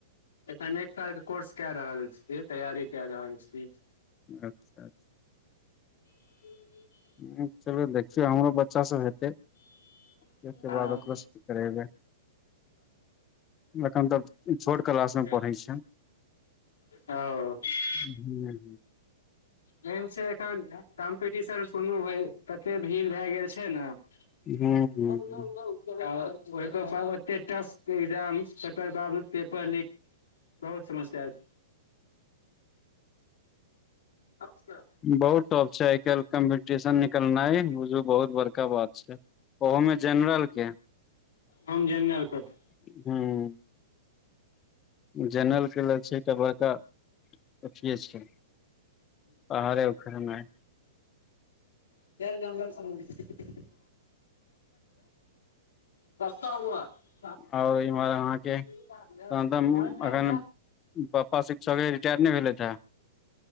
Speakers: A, on the left (about 70°); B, on the left (about 25°).
A: अखन एक साल के कोर्स कए रहल छ छिए तैयारी क रहल छी
B: अच्छ अच्छ
A: <inaudible>
B: ह चलू देखियौ हमरो बच्चा सब हेतै
A: <unintelligible>
B: ओहिके
A: हाँ
B: बाद ओकरो सब करेबै एखन तऽ छोट क्लास मे पढ़ै
A: <unintelligible> <unintelligible>
B: छै हूँ
A: <unintelligible>
B: हू
A: मेन से एखन कंपटीशन हो तते भीड़ भए गेल छै ने <unintelligible>
B: हूँ
A: ओहिके बाद ओते टफ एग्जाम तेकर बाद पेपर लिक बहुत समस्या छै <unintelligible>
B: बहुत टॉप छै आइ काइल कम्पिटिशन निकलनाइ बुझू बहुत बड़का बात छै ओहो मे जनरल के
A: हम जन <unintelligible>
B: <unintelligible> जनरल के ल छै एकटा बता <inaudible> अथीये छै पहाड़े खनए
A: <unintelligible> सस्त रहगु <unintelligible>
B: ह और ईर अहाँके
A: <unintelligible> न
B: तहन तऽ एखन पापा शिक्षक रिटायर नहि भेलथि